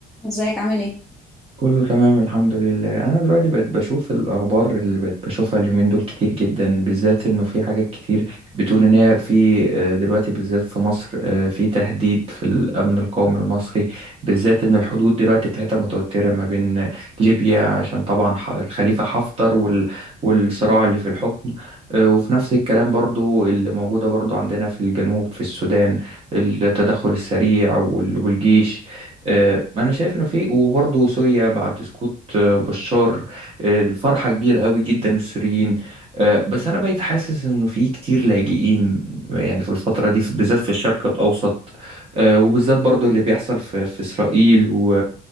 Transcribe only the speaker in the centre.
ازيك عامل ايه؟